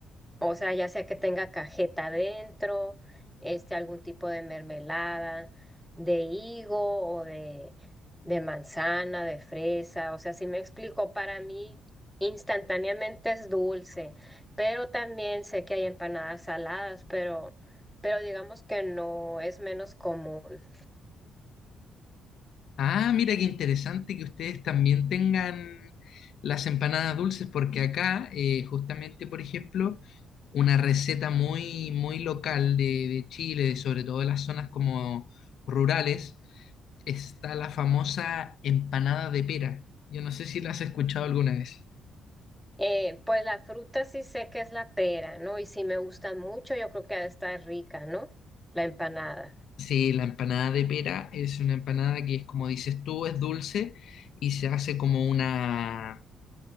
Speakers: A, in the centre; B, on the left.
A: O sea, ya sea que tenga cajeta adentro, este, algún tipo de mermelada, de higo o de, de manzana, de fresa. O sea, si me explico, para mí instantáneamente es dulce, pero también sé que hay empanadas saladas, pero, pero digamos que no es menos común.
B: Ah, mira qué interesante que ustedes también tengan las empanadas dulces, porque acá, eh, justamente, por ejemplo, una receta muy, muy local de, de Chile, sobre todo de las zonas como rurales, está la famosa empanada de pera. Yo no sé si la has escuchado alguna vez.
A: Eh, pues la fruta sí sé que es la pera, ¿no? Y si me gusta mucho, yo creo que ha de estar rica, ¿no? La empanada.
B: Sí, la empanada de pera es una empanada que es como dices tú, es dulce y se hace como una